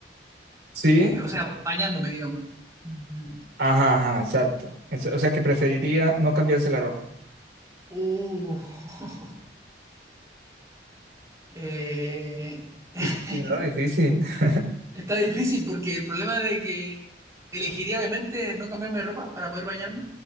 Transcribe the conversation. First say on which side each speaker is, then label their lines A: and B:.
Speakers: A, on the right; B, on the right.
A: Sí.
B: Eh, o sea, bañándome, digamos. Mm,
A: Ajá, ajá, exacto. Es- O sea que preferiría no cambiarse la ropa.
B: uh, <laughs> eh, <laughs>
A: Difícil, ¿no? Difícil. <laughs>
B: Está difícil porque el problema de que elegiría obviamente no cambiarme de ropa para poder bañarme,